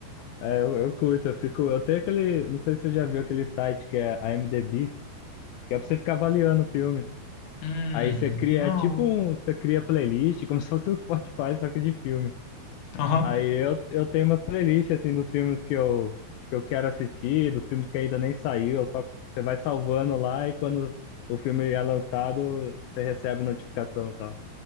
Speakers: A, on the left; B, on the left.
A: é, eu, eu curto, eu fico. Eu tenho aquele. Não sei se você já viu aquele site que é a IMDb, que é pra você ficar avaliando o filme.
B: Hum,
A: Aí você cria,
B: não.
A: é tipo um. Você cria playlist, como <laughs> se fosse um Spotify, só que de filme.
B: Aham.
A: Aí eu, eu tenho umas playlists, assim, dos filmes que eu, que eu quero assistir, dos filmes que ainda nem saiu, eu só você vai salvando lá e quando o filme é lançado, você recebe notificação e tal.